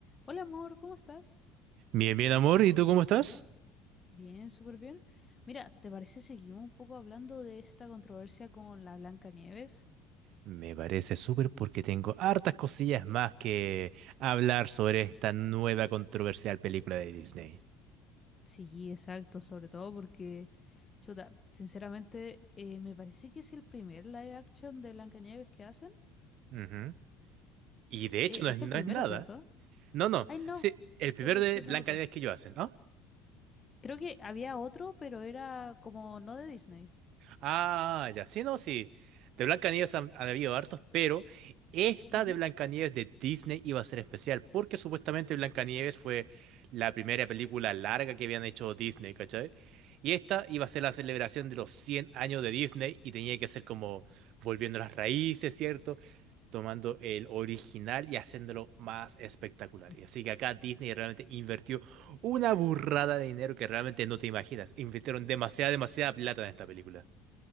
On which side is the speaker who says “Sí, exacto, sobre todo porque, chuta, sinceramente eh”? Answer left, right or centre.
Left